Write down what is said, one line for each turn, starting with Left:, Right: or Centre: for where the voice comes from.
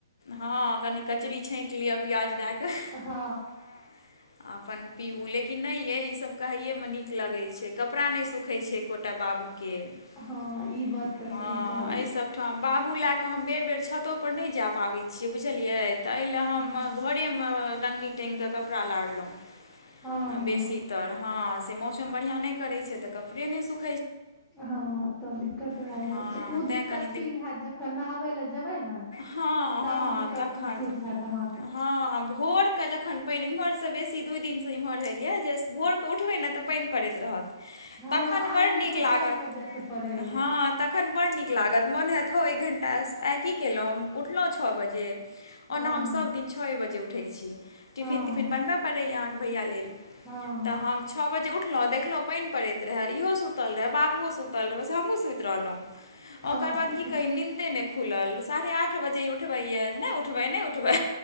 Left: हँ कनी कचरी छांटि लिअ प्याज दै क।
Centre: हँ।
Left: <inaudible> आ अपन पीबू लेकिन नै यै ई सभ कहैए मे नीक लगै छै, कपड़ा नै सुख खै छै एकोटा बाबूके,
Centre: हँ
Left: <inaudible>
Centre: ई बात तऽ
Left: हं
Centre: सही कहलियै
Left: अइ सब ठाम, बाबू लै क हम बेर-बेर छतो पर नै जा पाबै छियै, बुझलियै? त अइ ले हम
Centre: हूँ
Left: घरेमे टंगनी टांगिक कपड़ा लारलौं।
Centre: हँ
Left: <inaudible> आ बेसी तर हँ से मौसम बढ़िआं नहि करै छै त कपड़े नै सुख
Centre: हँ त दिक्कत भा
Left: हँ
Centre: जाइ छै। उ
Left: तैँ
Centre: दिक्कत
Left: कनि
Centre: फील हैत जखन नहाबै ले जेबै न। <inaudible>
Left: हँ
Centre: <inaudible>
Left: हँ
Centre: तब उ दिक्कत
Left: तखन
Centre: महसूस हैत अहाँ
Left: हँ आ भोर क जखन पानि, इम्हर सं बेसी दूइ दिनसं इम्हर होइए जे भोर क उठबै ने त पानि परैत रहत,
Centre: हँ
Left: तखन
Centre: आ
Left: बड़
Centre: इम्हरो
Left: नीक लागत।
Centre: चारि बजे से पड़े रहे
Left: हं त तखन बड्ड नीक लागत, मोन हेतौ एक घण्टा, आइ की केलहुँ। हम उठलहुँ छओ बजे।
Centre: हँ
Left: ओना हम सभ दिन छओ बजे उठै छी। टिफिन-तिफिन
Centre: हँ
Left: बनबऽ पड़ैया। अहाँके भैया लेल।
Centre: हँ
Left: तऽ हम छओ बजे उठलहुँ देखलहुँ पानि पड़ैत रहए। इहो सुतल रहै, बाबूओ सुतल रहै, ओसँ हमूँ सुति रहलहुँ।
Centre: हँ
Left: ओकर बाद
Centre: ई
Left: की कही नीन्दे नहि खुलल। साढ़े आठ बजे उठबैय जे नइ उठबै। नहि उठबै,